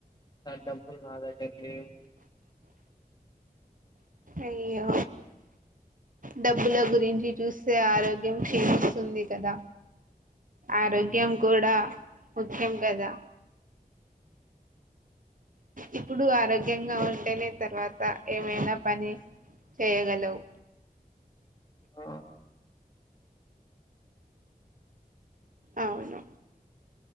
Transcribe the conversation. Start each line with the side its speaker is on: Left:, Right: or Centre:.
Left: సడాం బ్బుల్ నా దగ్గర్ లేవ్
Right: అయ్యో డబ్బుల గురించి చూస్తే ఆరోగ్యం క్షీణిస్తుంది కదా ఆరోగ్యం కూడా ముఖ్యం కదా ఇప్పుడు ఆరోగ్యంగా ఉంటేనే తర్వాత ఏమైనా పని చేయగలవ్
Left: ఆ
Right: అవును